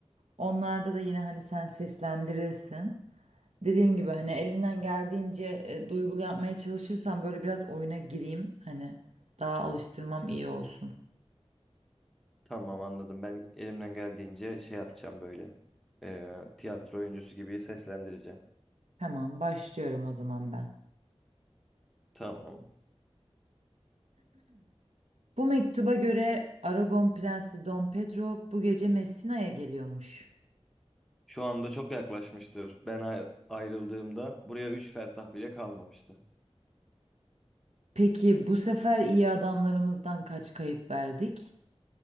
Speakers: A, on the right; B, in the centre.
A: Onlarda da yine hani sen seslendirirsin. Dediğim gibi hani elinden geldiğince e, duygulu yapmaya çalışırsan böyle biraz oyuna gireyim. Hani daha alıştırmam iyi olsun.
B: Tamam anladım. Ben elimden geldiğince şey yapacağım böyle. Ee, tiyatro oyuncusu gibi seslendireceğim.
A: Tamam, başlıyorum o zaman ben.
B: Tamam.
A: Bu mektuba göre Aragon Prensi Dom Pedro bu gece Messina'ya geliyormuş.
B: Şu anda çok yaklaşmıştır. Ben ay- ayrıldığımda buraya 3 fersah bile kalmamıştı.
A: Peki bu sefer iyi adamlarımızdan kaç kayıp verdik?